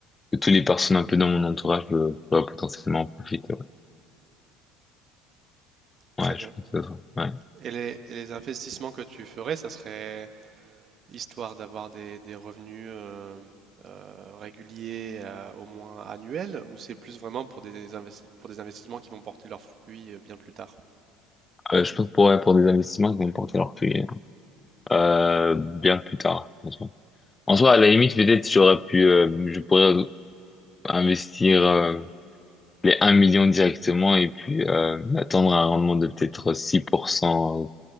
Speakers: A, on the left; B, on the right.
A: que toutes les personnes un peu dans mon entourage euh, pourraient potentiellement en profiter. ouais.
B: Très
A: Ouais,
B: bien.
A: je pense que ça. Ouais.
B: Et les, et les investissements que tu ferais, ça serait histoire d'avoir des, des revenus euh, euh, réguliers, euh, au moins annuels, ou c'est plus vraiment pour des investi- pour des investissements qui vont porter leurs fruits euh, bien plus tard?
A: Euh, je pense pour, ouais, pour des investissements qui vont porter leurs fruits euh, bien plus tard, franchement. En soi, à la limite, peut-être j'aurais pu, euh, je pourrais investir euh, les un million directement et puis euh, attendre un rendement de peut-être six pour cent